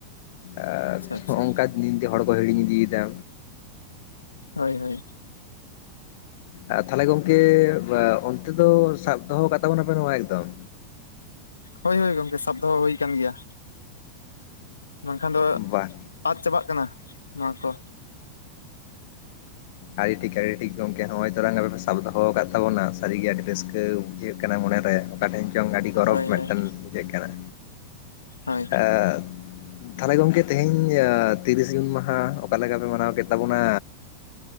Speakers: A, on the left; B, on the left.
A: ᱟᱨ
B: ᱟᱪᱪᱷᱟ ᱟᱪᱪᱷᱟ
A: ᱦᱚ ᱚᱱᱠᱟ ᱫᱤᱱ ᱛᱮ ᱦᱚᱲᱠᱚ ᱦᱤᱲᱤᱧ ᱤᱫᱤᱭᱮᱫᱟ᱾
B: ᱦᱳᱭ-ᱦᱳᱭ᱾
A: ᱟᱨ ᱛᱷᱟᱞᱮ ᱜᱚᱝᱠᱮ ᱚᱱᱛᱮ ᱫᱚ ᱥᱟᱵ ᱫᱚᱦᱚ ᱟᱠᱟᱫ ᱛᱟᱵᱚᱱᱟᱯᱮ ᱥᱮᱵᱟᱝ ᱮᱠᱫᱚᱢᱼᱼ
B: ᱦᱳᱭ-ᱦᱳᱭ ᱜᱚᱢᱠᱮ ᱥᱟᱵ ᱫᱚᱦᱚ ᱦᱩᱭ ᱠᱟᱱ ᱜᱤᱭᱟ᱾ ᱵᱟᱝᱠᱷᱟᱱ ᱫᱚ
A: ᱵᱟᱦ
B: ᱟᱫᱽ ᱪᱟᱵᱟᱜ ᱠᱟᱱᱟ ᱱᱚᱣᱟ ᱠᱚ᱾
A: ᱟᱹᱰᱤ ᱴᱷᱤᱠ, ᱟᱹᱰᱤ ᱴᱷᱤᱠ ᱜᱚᱢᱠᱮ ᱱᱚᱸᱜᱼᱚᱭ ᱛᱚᱨᱟᱝ ᱟᱯᱮᱯᱮ ᱥᱟᱵ ᱫᱚᱦᱚ ᱟᱠᱟᱫ ᱛᱟᱵᱚᱱᱟ ᱥᱟᱹᱨᱤᱜᱮ ᱟᱹᱰᱤ ᱨᱟᱹᱥᱠᱟᱹ ᱵᱩᱡᱷᱟᱹᱜ ᱠᱟᱱᱟ ᱢᱚᱱᱮᱨᱮ᱾ ᱚᱠᱟᱴᱷᱮᱱ ᱪᱚᱝ ᱟᱹᱰᱤ ᱜᱚᱨᱚᱵᱽ
B: ᱦᱳᱭ
A: ᱢᱤᱫᱴᱟᱝ
B: ᱦᱳᱭ
A: ᱵᱩᱡᱷᱟᱹᱜ ᱠᱟᱱᱟ?
B: ᱦᱳᱭ᱾
A: ᱟ ᱛᱷᱟᱞᱮ ᱜᱚᱝᱠᱮ ᱛᱮᱦᱤᱧ ᱛᱤᱨᱤᱥ ᱡᱩᱱ ᱢᱟᱦᱟ ᱚᱠᱟᱞᱮᱠᱟ ᱯᱮ ᱢᱟᱱᱟᱣ ᱠᱮᱫ ᱛᱟᱵᱚᱱᱟᱻᱻ